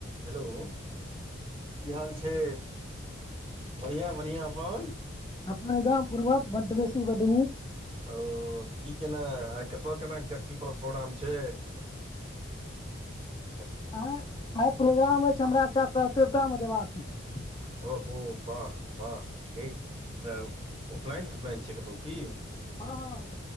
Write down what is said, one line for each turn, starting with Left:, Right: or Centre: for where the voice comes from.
Right: Hello की हाल छै बढ़िआँ -बढ़िआँ। हन। <unintelligible>
Left: अपन एकदम पूर्वज बड बेसी ब नीक।
Right: ओ की केना आइ कतऽ केना की प- प्रोग्राम छै। <unintelligible>
Left: हँ आ। <unintelligible> प्रोग्राम हो छै हमरा एकटा- देवतामे जेयबाक। <unintelligible>
Right: ओहो वाह -वाह। क। <unintelligible> उपनयन त उपनयन छैिय कतौ की।
Left: हँ -हं।